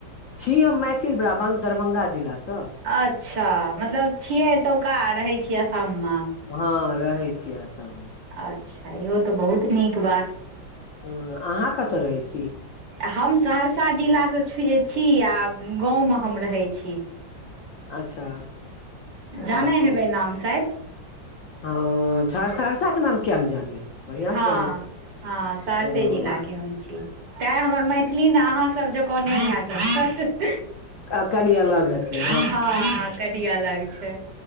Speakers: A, on the left; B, on the right.
A: छी हम मैथिल ब्राह्मण दरभंगा जिला सँ
B: अच्छा मतलब छियै एतौका रहै छियै आसाम मे
A: हँ रहै छी आसाम मे
B: अच्छा इहो तऽ बहुत नीक बात
A: हँ अहाँ कतय रहै छी
B: हम सहरसा जिलासँ छी आ गाँवमे हम रहै छी
A: अच्छा
B: जानै
A: अच्छा
B: हेबै नाम शायद
A: हँ सहरसा के नाम किया ने जानबै बढ़िआं
B: हँ
A: से जानै
B: हँ सहरसे
A: छी
B: जिला
A: हँ,
B: के हम छी तैं हमर मैथिली ने अहाँसभ जकाँ नहि हेत स्पष्ट
A: अ कनि अलग हेतै
B: हँ हँ कनी अलग छै